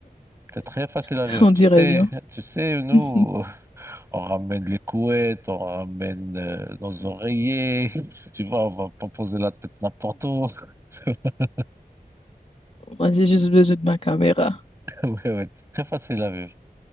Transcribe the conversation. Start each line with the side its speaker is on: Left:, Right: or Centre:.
Right: T'es très facile à
Left: <laughs>
Right: vivre.
Left: On
Right: Tu
Left: dirait
Right: sais,
Left: bien.
Right: tu sais, nous,
Left: <laughs>
Right: <laughs> on ramène les couettes, on ramène euh, nos oreillers, <laughs> tu vois, on va pas poser la tête n'importe où. <laughs>
Left: Moi, j'ai juste besoin de ma caméra.
Right: Oui, oui, très facile à vivre.